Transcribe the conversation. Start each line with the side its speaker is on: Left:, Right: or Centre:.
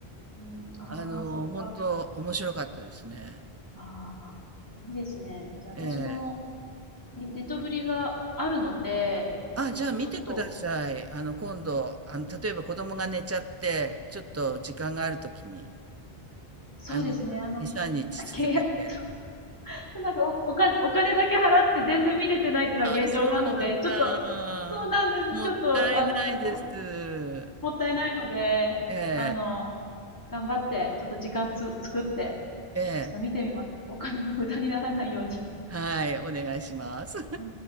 Left: うん。ああ、
Right: あの、
Left: そっか。
Right: 本当面白かったですね。
Left: ああ、いいですね。じゃあ私も、
Right: ええ。
Left: ねネットフリがあるので、
Right: あ、じゃあ見てください。
Left: ちょっと、
Right: あの、今度、あの、例えば子供が寝ちゃって、ちょっと時間があるときに、
Left: そうですね。
Right: あの、2、
Left: あの、
Right: 3日続けて。
Left: 契約、<laughs> そうなんかお、お金、お金だけ払って全然見れてないっていうのは現状なので、
Right: ああ、そうなんだ。
Left: ちょっと、そうなんです。
Right: もったいないです。
Left: ちょっと、あの、もったいないので、
Right: ええ、
Left: あの、頑張って、ちょっと時間つ、作って、
Right: ええ、
Left: ちょっと見てみます。お金の無駄にならないように。
Right: はい、お願いします。
Left: うん